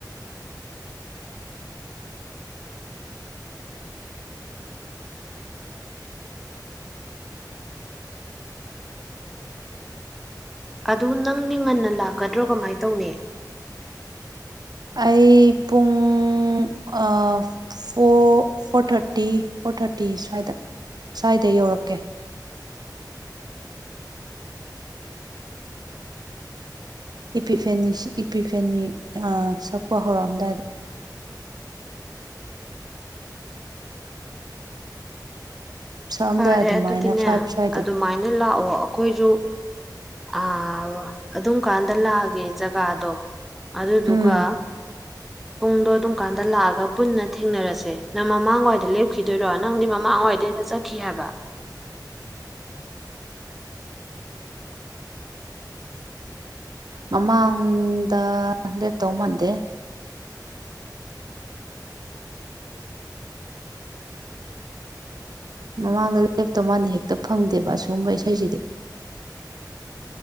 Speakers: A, in the centre; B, on the right.
A: ꯑꯗꯨ ꯅꯪꯗꯤ ꯉꯟꯅ ꯂꯥꯛꯀꯗ꯭ꯔꯣ ꯀꯃꯥꯏꯅ ꯇꯧꯅꯤ
B: ꯑꯩ ꯄꯨꯡ ꯑ ꯐꯣ ꯐꯣꯔ ꯊꯥꯔꯇꯤ ꯐꯣꯔ ꯊꯥꯔꯇꯤ ꯁ꯭ꯋꯥꯏꯗ ꯁ꯭ꯋꯥꯏꯗ ꯌꯧꯔꯛꯀꯦ ꯏꯄꯤ ꯐꯦꯅꯤ ꯏꯄꯤꯐꯦꯅꯤ ꯑꯥ ꯁꯛꯄ ꯍꯧꯔꯛꯑꯝꯗꯥꯏꯗ ꯁꯣꯝꯗ
A: ꯐꯔꯦ
B: ꯑꯗꯨꯃꯥꯏꯅ
A: ꯑꯗꯨꯗꯤꯅꯦ
B: ꯐꯥꯏꯚ ꯁ꯭ꯋꯥꯏꯗ
A: ꯑꯗꯨꯃꯥꯏꯅ ꯂꯥꯛꯑꯣ ꯑꯩꯈꯣꯏꯁꯨ ꯑ ꯑꯗꯨꯝ ꯀꯥꯟꯗ ꯂꯥꯛꯑꯒꯦ ꯖꯒꯥꯗꯣ ꯑꯗꯨꯗꯨꯒ
B: ꯎꯝ
A: ꯄꯨꯡꯗꯣ ꯑꯗꯨꯝ ꯀꯥꯟꯗ ꯂꯥꯛꯑꯒ ꯄꯨꯟꯅ ꯊꯦꯡꯅꯔꯁꯦ ꯅꯪ ꯃꯃꯥꯡꯋꯥꯏꯗ ꯂꯦꯞꯈꯤ ꯗꯣꯏꯔꯣ ꯅꯪꯗꯤ ꯃꯃꯥꯡꯋꯥꯏꯗ ꯍꯦꯛꯇ ꯆꯠꯈꯤ ꯍꯥꯏꯕ
B: ꯃꯃꯥꯡꯗ ꯂꯦꯞꯇꯧ ꯃꯥꯟꯗꯦ ꯃꯃꯥꯡꯗ ꯂꯦꯞꯇꯧ ꯃꯥꯥꯟꯦ ꯍꯦꯛꯇ ꯐꯪꯗꯦꯕ ꯑꯁꯨꯒꯨꯝꯕ ꯏꯁꯩꯁꯤꯗꯤ